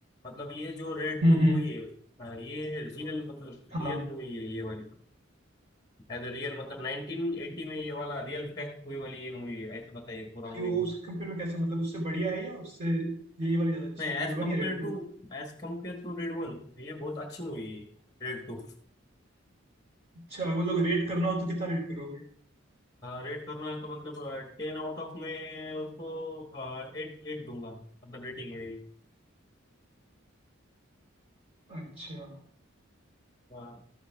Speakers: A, on the left (about 20°); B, on the right (about 35°).
A: मतलब ये जो रेड
B: हम्म
A: टू
B: हम्म
A: मूवी है अ, ये रियल मतलब
B: हाँ
A: रियल मूवी है ये वाली एज ए रियल मतलब नाइनटीन एटी में ये वाला रियल फैक्ट हुई वाली ये मूवी है ऐसा बताइए पूरा मूवी
B: वो उसके कंपेयर में कैसे मतलब उससे बढ़िया है या उससे यही वाली ज्यादा अच्छी
A: नहीं as
B: है रेड वन
A: compare
B: या रेड टू
A: to as compare to Raid one ये बहुत अच्छी मूवी है रेड टू
B: अच्छा अगर लोग रेट करना हो तो कितना रेट करोगे
A: रेट करना है तो मतलब टेन आउट ऑफ में उसको एट एट दूंगा मतलब रेटिंग है मेरी
B: अच्छा
A: हाँ